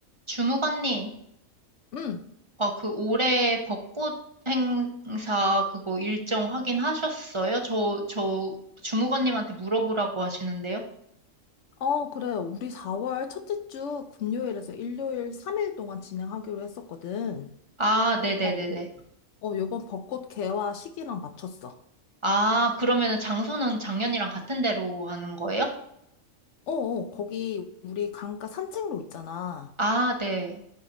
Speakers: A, on the right (about 25°); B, on the left (about 70°).
A: 주무관님,
B: 응.
A: 어, 그 올해 벚꽃 행사 그거 일정 확인하셨어요? 저, 저 주무관님한테 물어보라고 하시는데요.
B: 어, 그래. 우리 4월 첫째 주 금요일에서 일요일 3일 동안 진행하기로 했었거든.
A: 아, 네네네네.
B: 어, 어, 요번 벚꽃 개화 시기랑 맞췄어.
A: 아, 그러면은 장소는 작년이랑 같은 데로 하는 거예요?
B: 어, 어, 거기 우리 강가 산책로 있잖아.
A: 아, 네.